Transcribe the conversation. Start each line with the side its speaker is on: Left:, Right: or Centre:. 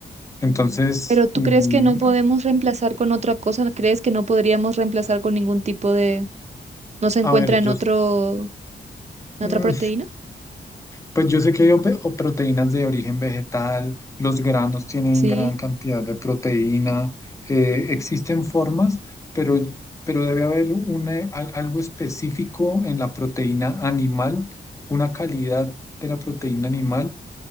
Left: Entonces,
Right: Pero ¿tú
Left: mm,
Right: crees que no podemos reemplazar con otra cosa? ¿Crees que no podríamos reemplazar con ningún tipo de... no se encuentra
Left: a ver,
Right: en
Left: yo,
Right: otro, en
Left: mm,
Right: otra proteína?
Left: Pues yo sé que hay ope- o proteínas de origen vegetal, los granos tienen
Right: Sí,
Left: gran cantidad de proteína, eh, existen formas, pero, pero debe haber un, eh, al- algo específico en la proteína animal, una calidad de la proteína animal